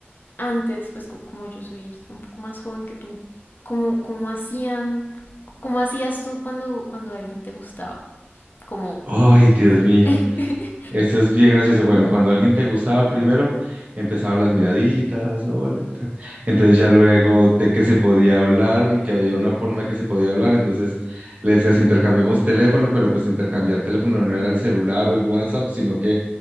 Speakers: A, on the left (about 45°); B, on the right (about 35°).
A: antes, pues co- como yo soy un poco más joven que tú, ¿cómo, cómo hacían, cómo hacías tú cuando, cuando alguien te gustaba? Como,
B: Ay, Dios
A: sí.
B: mío.
A: <laughs>
B: Eso es bien gracioso. Bueno, cuando alguien te gustaba primero, empezaban las miraditas, hola, ¿qué tal? Entonces ya luego de que se podía hablar y que había una forma que se podía hablar, entonces le decías, intercambiamos teléfono, pero pues intercambiar teléfono no era el celular o el WhatsApp, sino que